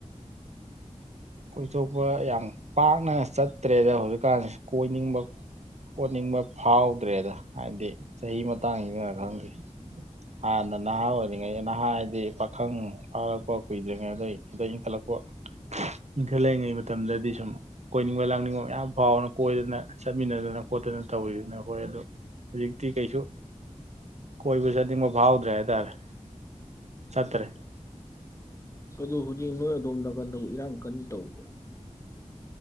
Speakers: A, on the right (about 60°); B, on the left (about 20°).
A: ꯀꯣꯏꯊꯣꯛꯄ ꯌꯥꯝ ꯄꯥꯛꯅ ꯆꯠꯇ꯭ꯔꯦꯗ ꯍꯧꯖꯤꯛꯀꯥꯟꯁꯤ ꯀꯣꯏꯅꯤꯡꯕ ꯈꯣꯠꯅꯤꯡꯕ ꯐꯥꯎꯗ꯭ꯔꯦꯗ ꯍꯥꯏꯗꯤ ꯆꯍꯤ ꯃꯇꯥꯡꯁꯤꯅꯔ ꯈꯪꯗꯦ ꯍꯥꯟꯅ ꯅꯍꯥ ꯑꯣꯏꯔꯤꯉꯩ ꯅꯍꯥ ꯍꯥꯏꯗꯤ ꯄꯈꯪ ꯐꯥꯔꯛꯄ ꯀꯨꯏꯗ꯭ꯔꯤꯉꯩ ꯑꯗꯩ ꯗꯩ ꯏꯡꯈꯠꯂꯛꯄ ꯏꯟꯈꯠꯂꯛꯏꯉꯩ ꯃꯇꯝꯗꯗꯤ ꯁꯨꯝ ꯀꯣꯏꯅꯤꯡꯕ ꯂꯥꯡꯅꯤꯡꯕ ꯃꯌꯥꯝ ꯐꯥꯎꯅ ꯀꯣꯏꯗꯅ ꯆꯠꯃꯤꯟꯅꯗꯅ ꯈꯣꯠꯇꯅ ꯇꯧꯔꯤꯗꯨꯅ ꯑꯈꯣꯏꯑꯗꯨ ꯍꯧꯖꯤꯛꯇꯤ ꯀꯩꯁꯨ ꯀꯣꯏꯕ ꯆꯠꯅꯤꯡꯕ ꯐꯥꯎꯗ꯭ꯔꯦ ꯍꯥꯏꯇꯥꯔꯦ ꯆꯠꯇ꯭ꯔꯦ
B: ꯑꯗꯨ ꯍꯨꯖꯤꯛ ꯅꯣꯏ ꯑꯗꯣꯝꯗ ꯅꯀꯟꯗꯕꯨ ꯏꯔꯥꯡ ꯀꯟ ꯇꯧꯕꯣ